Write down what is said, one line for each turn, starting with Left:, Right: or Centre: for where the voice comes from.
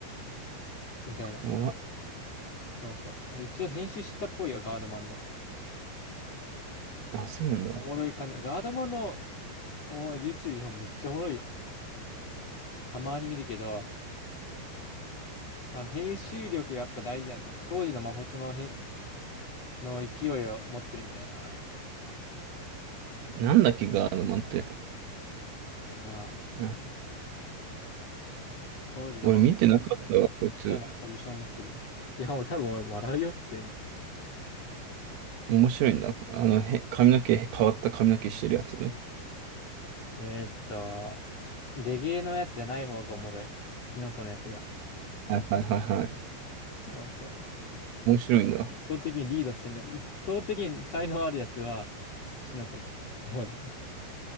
Left: みたいな。
Right: 怖い。
Left: そうそう。一応編集してたっぽいよ、ガードマンの。
Right: あ、そうなんだ。
Left: おもろい感じ。ガードマンのおー YouTube 日本めっちゃおもろいよ。たまに見るけど、あの編集力やっぱ大事だね。当時のマホとの編、の勢いを持ってるみたいな。
Right: なんだっけ、ガードマンって。
Left: まあ、
Right: あ、
Left: 当時のマホ
Right: 俺見てなかったわ、こいつ。
Left: みたいなポジション持ってるよ。いや、もう多分俺笑うよ、普通に。
Right: 面白いんだ。あの、へ、髪の毛、変わった髪の毛してるやつ。は
Left: えーっと、レゲエのやつじゃない方がおもろい。キノコのやつが。
Right: いはいはいはい。
Left: そうそう。圧
Right: 面白いんだ。
Left: 倒的にリードしてるんだけど、一方的に才能あるやつは、キキノコの方だよね。